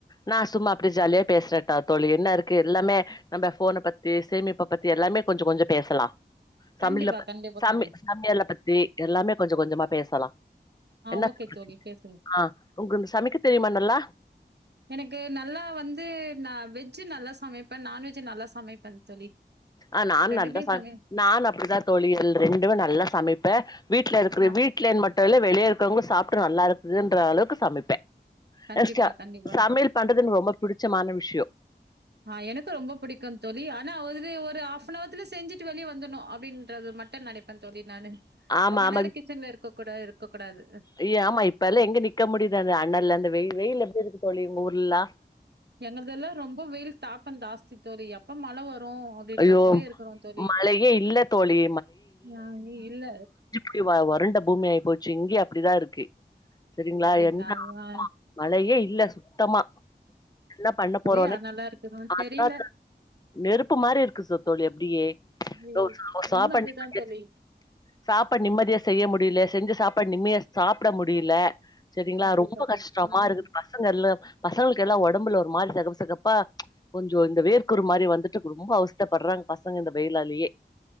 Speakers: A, on the left; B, on the right.
A: நா சும்மா அப்டியே ஜாலியா பேசுறே ட தோழி என்ன இருக்கு எல்லாமே நம்ப ஃபோன பத்தி சேமிப்ப பத்தி எல்லாமே கொஞ்ச கொஞ்சொ பேசலா சமில
B: கண்டிப்பா கண்டிப்பா
A: சமி
B: கண்
A: சமையல பத்தி எல்லாமே கொஞ்ச கொஞ்சமா பேசலா
B: ஆ
A: என்ன
B: ஓகே தோழி பேசுங்க
A: ஆ உங்களுக்கு சமைக்க தெரியுமா நல்லா
B: எனக்கு நல்லா வந்து நா வெஜ் நல்லா சமைப்ப நான்வெஜ் நல்லா சமைப்பன் தோழி
A: அ நானு
B: ரெண்டுமே
A: நல்லா சம
B: சமை
A: நா அப்படிதா தோழி ரெண்டுமே நல்லா சமைப்பே வீட்ல இருக்குது
B: ஆ
A: வீட்ல மட்டும் இல்ல வெளிய இருக்கவங்க சாப்ட்டு நல்லா இருக்குதுன்ற அளவுக்கு சமைப்பே
B: கண்டிப்பா
A: ஏ ச
B: கண்டிப்பா
A: சமையல் பண்றதுனு ரொம்ப பிடிச்சமான விஷய
B: அ எனக்கு ரொம்ப பிடிக்கு தோழி ஆனா இது ஒரு ஆஃப்னவர்னத்ல செஞ்சிட்டு வெளிய வந்துருனும் அப்டின்னு பன்றது மட்டு நெனைப்பே தோழி நானு
A: ஆமா
B: ரொம்ப
A: ஆமா
B: நேரம் கிச்சன்ல இருக்க கூடாது இருக்க கூடாது
A: ஐய ஆமா இப்ப எல்லா எங்க நிக்க முடியுது அந்த அனல்ல அந்த வெய் வெயில் எப்படி இருக்கு தோழி உங்க ஊர்லாம்
B: எங்களது எல்லா ரொம்ப வெயில் தாக்கம் ஜாஸ்தி தோழி எப்ப மழ வரும் ரும் அப்டின்றப்ப
A: ஐயோ
B: இருக்கிறோம் தோழி
A: மழையே இல்ல தோழி
B: நாங்க இல்ல
A: அப்டியே வறண்ட பூமி ஆயிப் போச்சி இங்கயும் அப்படிதா இருக்கு சரிங்களா
B: அப்டிங்களா
A: என்ன
B: அதுதா
A: மழையே இல்ல சுத்தமா என்ன பண்ண போறோனே
B: ஒரே அனலா இருக்குதுன்னு
A: <unintelligible>
B: தெரில
A: நெருப்பு மாரி இருக்கு சு தோழி அப்டியோ பண்ணி
B: ம்
A: ஒரு சாப்பாடு
B: உண்ம அதுதா
A: நிம்மதி
B: தோழி
A: <unintelligible> சாப்பாடு நிம்மதிய செய்ய முடியல செஞ்சி சாப்பாடு நிம்மதிய சாப்பட முடியல சரிங்களா
B: கண்டிப்பா
A: ரொம்ப கஷ்டமா
B: தோழி ம்
A: இருக்குதுபா பசங்கல்ல பசங்களுக்கு எல்லா ஒடம்புல ஒரு மாரி சிகப்பு சிகப்பா கொஞ்சோ இந்த வேர்க்குறு மாரி வந்துட்டு ரொம்ப அவஸ்தப்படுறாங்க பசங்க இந்த வெயிலாலேயே